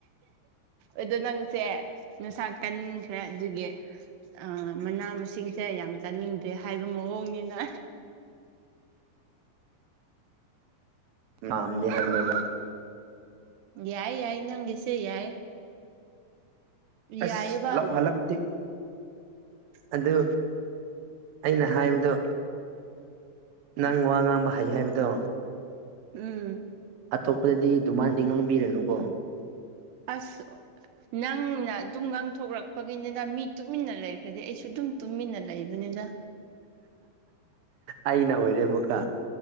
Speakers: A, on the right (about 80°); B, on the right (about 70°).
A: ꯑꯗꯣ ꯅꯪꯁꯦ ꯅꯁꯥ ꯀꯟꯈ꯭ꯔꯦ ꯑꯗꯨꯒꯤ ꯑ ꯃꯅꯥ ꯃꯁꯤꯡ ꯁꯦ ꯌꯥꯝ ꯆꯥꯅꯤꯡꯗ꯭ꯔꯦ ꯍꯥꯏꯕ ꯃꯑꯣꯡꯅꯤꯅ
B: ꯃꯝꯗꯍꯜ ꯃꯂ
A: ꯌꯥꯏ ꯌꯥꯏ ꯅꯪꯒꯦꯁꯦ ꯌꯥꯏ ꯌꯥꯏꯌꯦꯕ
B: ꯑꯁ ꯂꯥꯎ ꯍꯂꯛꯗꯤ ꯑꯗꯨ ꯑꯩꯅ ꯍꯥꯏꯕꯗꯣ ꯅꯪ ꯋꯥ ꯉꯥꯡꯕ ꯍꯩ ꯍꯥꯏꯕꯗꯣ
A: ꯎꯝ
B: ꯑꯇꯣꯞꯄꯗꯗꯤ ꯃꯥꯟꯗꯤ ꯉꯥꯡꯕꯤꯔꯅꯨꯀꯣ
A: ꯑꯁ ꯅꯪꯅ ꯑꯗꯨꯝ ꯉꯥꯡꯊꯣꯛꯂꯛꯄꯒꯤꯅꯤꯅ ꯃꯤ ꯇꯨꯃꯤꯟꯅ ꯂꯩꯈ꯭ꯔꯗꯤ ꯑꯩꯁꯨ ꯑꯗꯨꯝ ꯇꯨꯃꯤꯟꯅ ꯂꯩꯕꯅꯤꯅ
B: ꯑꯩꯅ ꯑꯣꯏꯔꯦ ꯃꯨꯀꯥ